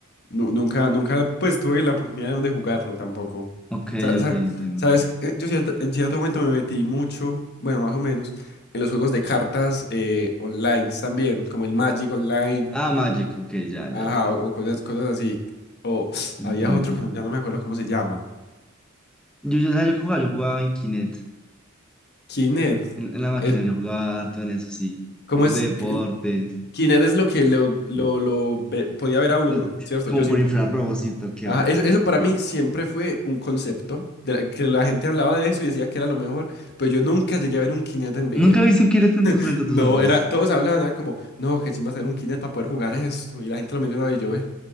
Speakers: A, on the left (about 50°); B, in the centre.
A: nu- nunca, nunca, pues tuve la oportunidad de jugarlo tampoco.
B: Ok,
A: Sa-
B: ok,
A: sa-
B: entiendo.
A: Sabes, Eh, yo cierto- en cierto momento me metí mucho, bueno, más o menos, en los juegos de cartas eh, online también, como el Magic Online.
B: Ah, Magic, ok, ya,
A: Ajá,
B: ya, ya.
A: o o cosas, cosas así. O <sniffs>
B: Entiendo.
A: había otro que no- ya no me acuerdo cómo se llama.
B: Yo, yo, ¿sabes yo qué jugaba? Yo jugaba en Kinect,
A: Kinect.
B: en, en la máquina,
A: Es,
B: yo jugaba harto en eso, sí.
A: ¿cómo
B: Juegos
A: es?
B: de deporte,
A: que el- Kinect es lo que lo, lo, lo ve- podía ver a uno,
B: lo-
A: ¿cierto?
B: como
A: Yo siempre.
B: por infrarrojo, sí, toqueaba.
A: Ajá, eso, eso
B: Súper
A: para mí
B: raro.
A: siempre fue un concepto, de la- que la gente hablaba de eso y decía que era lo mejor, pero yo nunca llegué a ver un Kinect en mi
B: ¿Nunca
A: vida.
B: viste un Kinect en tus, frente a
A: No,
B: tus ojos?
A: era, todos hablaban, eran como, no, que sí va a tener un Kinect para poder jugar esto, y la gente lo mencionaba y yo, eh.